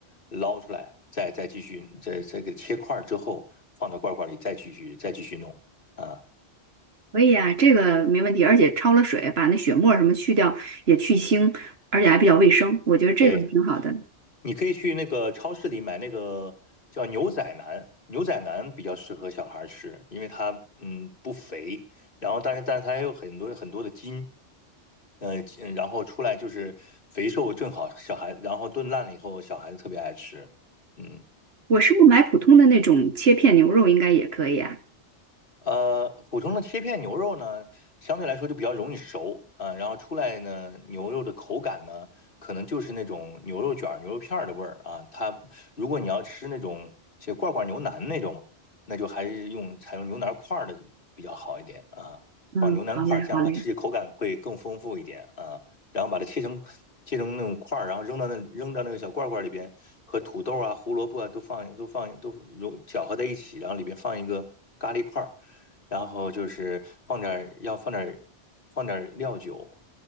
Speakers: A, on the left (about 50°); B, on the right (about 60°).
A: 捞出来，再再继续，再再给切块儿之后放到罐罐里，再继续再继续弄啊。
B: 可以啊，这个没问题，而且焯了水，把那血沫儿什么去掉，也去腥，而且还比较卫生，我觉得这个挺好的。
A: 对，你可以去那个超市里买那个叫牛仔腩，牛仔腩比较适合小孩儿吃，因为它嗯不肥，然后但是但是它也有很多很多的筋。嗯，嗯然后出来就是肥瘦正好，小孩，然后炖烂了以后，小孩子特别爱吃。嗯。
B: 我是不买普通的那种切片牛肉应该也可以啊？
A: 呃，普通的切片牛肉呢，相对来说就比较容易熟啊，然后出来呢，牛肉的口感呢，可能就是那种牛肉卷儿、牛肉片儿的味儿啊。它如果你要吃那种些罐罐牛腩那种，那就还是用采用牛腩块儿的比较好一点啊，
B: 嗯，
A: 放牛腩块儿，
B: 好嘞，
A: 这样它吃起口感会更丰富一点啊。
B: 好嘞，
A: 然后把它切成切成那种块儿，然后扔到那扔到那个小罐罐里边，和土豆啊、胡萝卜啊都放都放都融搅和在一起，然后里边放一个咖喱块儿。然后就是放点儿要放点儿放点儿料酒，